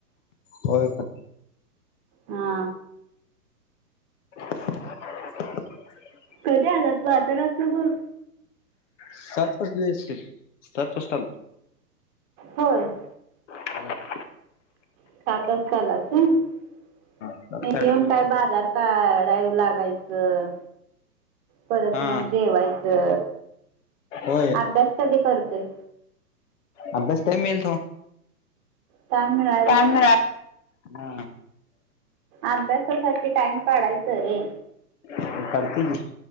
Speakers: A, on the left; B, on the right.
A: होय खात
B: हा.
A: <inaudible>
B: कधी आलास बाजारातनं म?
A: सात वाजले असतील, सात वाजता आलो.
B: होय.
A: हा
B: सात वाजता आलास काय, इथं
A: सात साडेसात
B: येऊन
A: वाज
B: काय बाजार काडाईव लागायचं परत
A: हा
B: मग जेवायच च
A: होय
B: अभ्यास कधी करतोयस?
A: अभ्यास टाइम मिळेल तवा.
B: टाइम मिळा
A: टाइम मिळा हा
B: अभ्यासासाठी टाइम काडायच रे.
A: काढतोय की.